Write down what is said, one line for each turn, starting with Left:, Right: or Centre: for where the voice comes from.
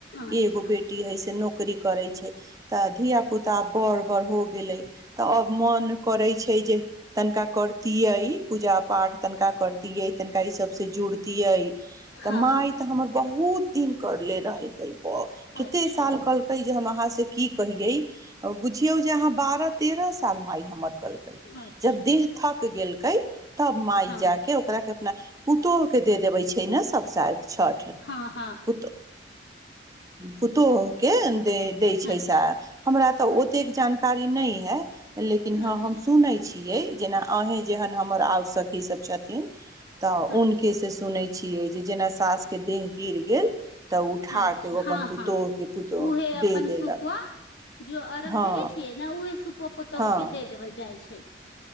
Left: अच्छा
Right: एगो बेटी हय से नो नौकरी करै छै। तऽ धियापुता बड़ हो गेलै तऽ अब मन छै जे तनिका करतियै पूजा पाठ तनिका करती यै तनिका ई सब से जुड़तिियै तऽ
Left: हँ
Right: माय तऽ हमर बहुत बहुत दिन कर ले रहलकै ओ कते
Left: अच्छा
Right: साल कलकै जे हम अहाँ से की कहिये बुझियऔ जे अहाँ बारह तेरह साल मे आई हमर कलकै
Left: अच्छा
Right: जब दिल तक गेल कइ तब माइ
Left: हँ
Right: जााक ओकरा के अपना पुतोहु के दे देबे छै ने सभ शादी छठि
Left: हँ हँ
Right: पुतोहु पुतोहु के छै दै छै
Left: अच्छा
Right: सास हमरा त
Left: अच्छा
Right: ओतेक जानकार इ नहि ह है लेकिन हँ
Left: अच्छा
Right: हम नै छियै जेना अहीँ जेहन हमर आओर सखीसभ छथिन तऽ
Left: अच्छा
Right: उन के से सुनै छियै जे जेना सासके देह गिर गेल तऽ उठा
Left: अच्छा
Right: के ओ
Left: हँ
Right: अपन पुतोह
Left: हँ
Right: के पुतोह
Left: उहे अपन
Right: दे देलक
Left: सुपो जो अरघ
Right: हँ
Left: देबे छियै ने उहे सुपो पुतोहु
Right: हँ
Left: के देबल जा जाइ छै